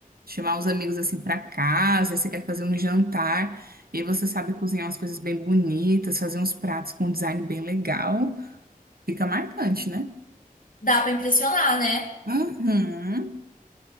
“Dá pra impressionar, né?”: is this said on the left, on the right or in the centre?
Left